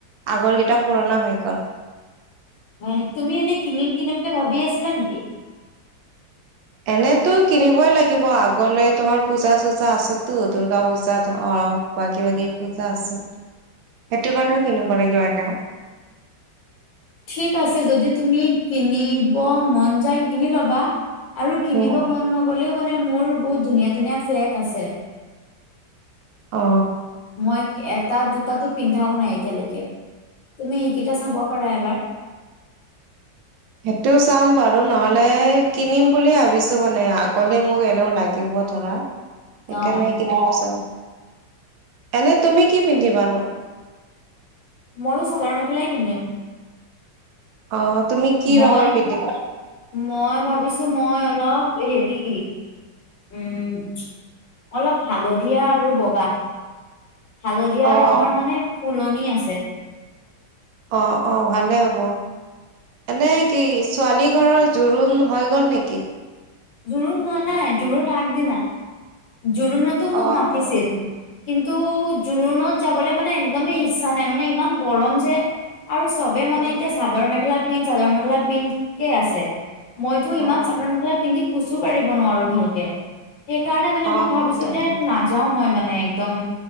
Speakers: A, on the right (about 85°); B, on the left (about 80°).
A: আগৰকেইটা পুৰণা হয় গ'ল।
B: হয় নেকি, তুমি এনে কিনিম কিনিমকে ভাবি আছিলা নেকি?
A: এনেতো কিনিবই লাগিব, আগলে তোমাৰ পূজা চূজা আছেতো দুৰ্গা পূজাত অ। কিবা কিবি পূজা আছে, সেইটো কাৰণেও কিনিব লাগিব এনেও।
B: <inaudible> ঠিক আছে, যদি তুমি কিনিব মন যায় কিনি ল'বা। আৰু কিনিব
A: উম।
B: মন নগ'লেও মানে, মোৰ বহুত ধুনীয়া-ধুনীয়া ফ্লেট আছে।
A: অ।
B: মই এটা-দুটাতো পিন্ধাও নাই এতিয়ালৈকে, তুমি সেইকেইটা চাব পাৰা এবাৰ।
A: সেইটো চাম বাৰু, নহ'লে কিনিম বুলি ভাবিছো মানে, আগলে মোক এনেও লাগ গিব ধৰা। সেইকাৰণে
B: অ
A: কিনিব যাম, এনে তুমি কি পিন্ধিবানো?
B: ময়ো চাদৰ-মেখেলাই পিন্ধিম।
A: অ, তুমি কি
B: মই
A: ৰঙৰ পিন্ধিবা?
B: মই ভাবিছো, মই অলপ এ হেৰি উম, অলপ হালধীয়া আৰু বগা। হালধীয়া
A: অ',
B: ৰঙৰ
A: অ'।
B: মানে ফুলনি আছে।
A: অ, অ, ভালেই হ'ব। এনেই কি ছোৱালী ঘৰৰ জোৰোণ হৈ গ'ল নেকি?
B: জোৰণ হোৱা নাই, জোৰণ আগদিনা। জোৰণতো মোক
A: অ',
B: মাতিছিল।
A: অ',
B: কিন্তু জোৰোণত যাবলৈ মানে একদমেই ইচ্ছা নাই, মানে ইমান গৰম যে। আৰু চব বেই মানে
A: অ',
B: এতিয়া চাদৰ-মেখেলা পিন্ধ, চাদৰ-মেখেলা পিন্ধ কে আছে, মইতো ইমান
A: অ',
B: চাদৰ-মেখেলা পিন্ধি খোচো কাঢ়িব নোৱাৰো ভালকে, সেইকাৰণে মানে
A: অ',
B: মই ভাবিছো
A: তাকে
B: যে না যাওঁ মই মানে একদম